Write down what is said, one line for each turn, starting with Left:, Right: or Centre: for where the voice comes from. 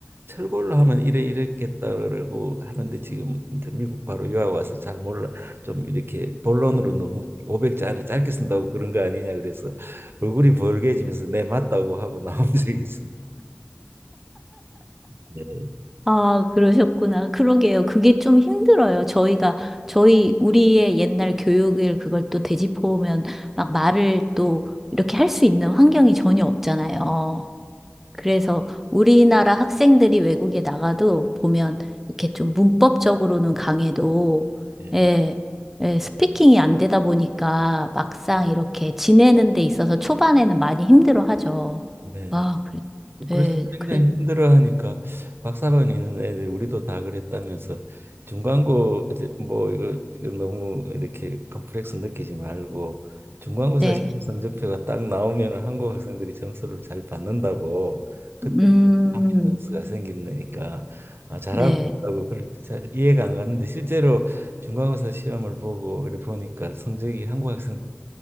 Right: 철골로 하면 이래 이랬겠다라고 하는데 지금 이제 미국 바로 유학 와서 잘 몰라 좀 이렇게 본론으로 너무 500자 안에 짧게 쓴다고 그런 거 아니냐 그래서 얼굴이 벌게지면서 네 맞다고 하고 나온 <laughs> 적이 있습니다. 네.
Centre: 아, 그러셨구나. 그러게요. 그게 좀 힘들어요. 저희가, 저희, 우리의 옛날 교육을 그걸 또 되짚어보면 막 말을 또 이렇게 할 수 있는 환경이 전혀 없잖아요. 그래서 우리나라 학생들이 외국에 나가도 보면 이렇게 좀 문법적으로는 강해도,
Right: 예,
Centre: 예, 예, 스피킹이 안 되다 보니까 막상
Right: 예.
Centre: 이렇게 지내는 데 있어서 초반에는 많이 힘들어 하죠.
Right: 네네.
Centre: 아, 그래, 네,
Right: 그래서 굉장히
Centre: 그래,
Right: 힘들어하니까 박사반 있는 애들 우리도 다 그랬다면서 중간고 이제 뭐 이거, 이거 너무 이렇게 컴플렉스 느끼지 말고 중간고사
Centre: 네.
Right: 시험 성적표가 딱 나오면은 한국 학생들이 점수를 잘 받는다고 그때
Centre: 음.
Right: 컨피던스가 생기니까 아, 잘하고
Centre: 네.
Right: 있다고 그럴 때 잘 이해가 안 갔는데 실제로 중간고사 시험을 보고 이렇게 보니까 성적이 한국 학생